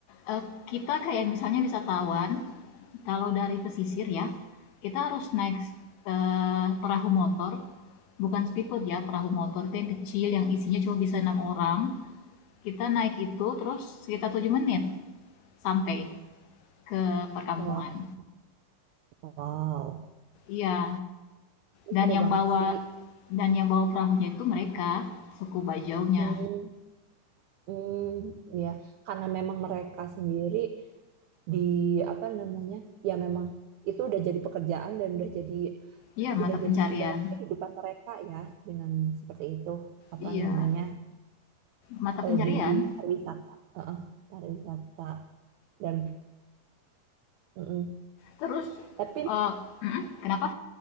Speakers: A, on the left; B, on the right.
A: eee, kita kayak misalnya wisatawan, kalau dari pesisir ya, kita harus naik, eee, perahu motor, bukan speedboat ya, perahu motor itu yang kecil yang isinya cuma bisa 6 orang. Kita naik itu terus sekitar 7 menit sampai ke perkampungan.
B: Wah, wow.
A: Iya, dan
B: Seru
A: yang
B: banget
A: bawa
B: sih.
A: dan yang bawa perahunya itu mereka, suku Bajaunya.
B: Hmm. Hmm ya karena memang mereka sendiri di apa namanya, ya memang itu udah jadi pekerjaan dan udah jadi
A: Iya, mata
B: udah jadi
A: pencarian.
B: ibarat kehidupan mereka ya dengan seperti itu, apa
A: Iya,
B: namanya,
A: mata
B: eee,
A: pencarian.
B: di pariwisata heeh, pariwisata dan mhm,
A: Terus,
B: tapi
A: eee mhm, kenapa?